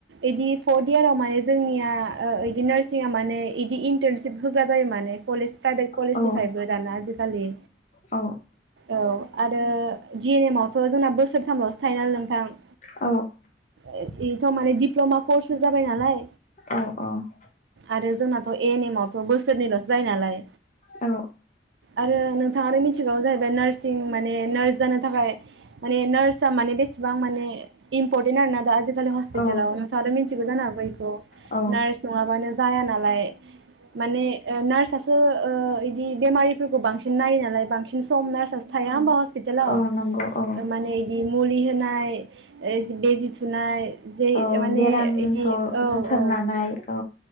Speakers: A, on the right; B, on the left.
A: इदि फर्थ इयाराव माने जोंनिया ओ इदि नारसिंया माने इदि इन्टार्नशिप होग्रा जायो माने कलेज प्राइभेट कलेजनिफ्रायबो
B: औ
A: दाना आजिखालि
B: औ
A: औ आरो जि एन एम आवथ' जोंना बोसोरथामल'सो थायोना नों थां
B: औ
A: <unintelligible> <unintelligible> माने दिप्लमा कोर्ससो जाबाय नालाय
B: औ औ
A: आरो जोंनाथ' ए एन एम आवथ' बोसोरनैल'सो जायो नालाय
B: औ
A: आरो नोंथाङा आरो मिथिबावौ <unintelligible> नारसिं माने नार जानो थाखाय माने नार्स आ माने बेसेबां माने इम्पर्टेन्ट आरोना दा आजिखालि हस्पिटालाव
B: औ
A: नोंथाङाथा मिनथिगौ जानो हागौ इखौ
B: औ
A: नार्स नङाबानो जाया नालाय माने ओ नार्स ओ इदि बेमारिफोरखौ बांसिन नायो नालाय बांसिन <unintelligible> थाया होमबा <unintelligible> हेलौ
B: औ नंगौ औ
A: ओ माने इदि मुलि होनाय ओ बिजि थुनाय जे
B: औ
A: माने
B: बेरामनिखौ
A: इदि औ
B: जोथोन
A: औ
B: लानाय औ